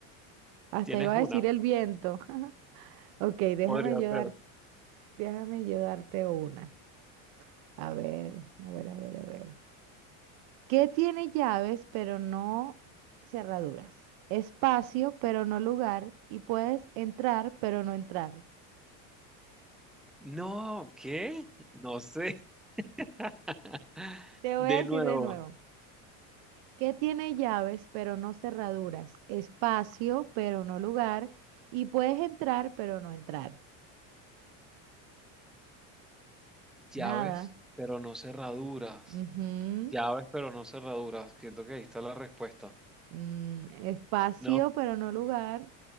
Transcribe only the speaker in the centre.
¿Tienes
una?
Podría
ser.
No, ¿qué? No sé. <laughs>
De
nuevo,
llaves,
pero no cerraduras.
Llaves, pero no cerraduras. Siento que ahí está la respuesta.
No,